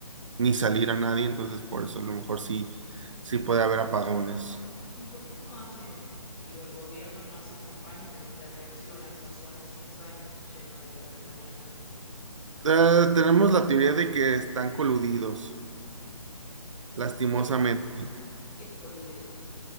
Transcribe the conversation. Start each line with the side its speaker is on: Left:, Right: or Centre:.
Right: ni salir a nadie. Entonces, por eso a lo mejor sí, sí puede haber apagones.
Left: ¿y por qué no hacen, digo, el gobierno no hace campañas de intervención a esas zonas si ellos saben que está lleno de, pe- de maleantes?
Right: Eh, tenemos la teoría de que están coludidos, lastimosamente.
Left: es eh, coludidos.